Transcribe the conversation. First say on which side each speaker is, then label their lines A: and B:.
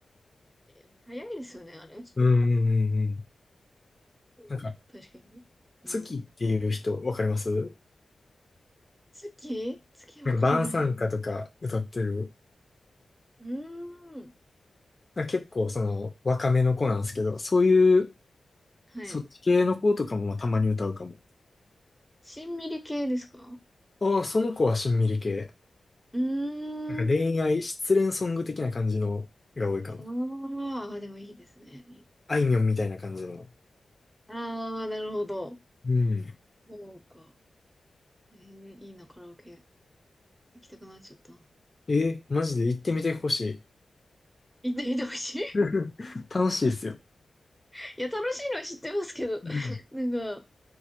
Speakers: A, in the centre; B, on the left.
A: けど。いや早いですよね、あれ。う
B: うんうんうんうん。なんか、
A: ん確かにね。うん。
B: 月っていう人、わかりますな
A: 月月わかんない。
B: んか、晩餐歌とか歌ってる。
A: うーん。
B: なんか結構、その、若めの子なんですけど、そういう、
A: はい。
B: そっち系の子とかもまあたまに歌うかも。
A: しんみり系ですか
B: ああ、その子はしんみり系。
A: うーん。
B: なんか恋愛、失恋ソング的な感じのが多いかな。
A: ああ、でもいいですね。
B: あいみょんみたいな感じの。
A: ああ、なるほど。
B: うん。
A: そうか。えーいいな、カラオケ。行きたくなっちゃった。
B: えーマジで行ってみてほしい。
A: 行ってみてほしい。
B: <laughs> 楽しいですよ。
A: <laughs> いや、楽しいのは知ってますけど。<laughs>
B: うん。
A: なんか、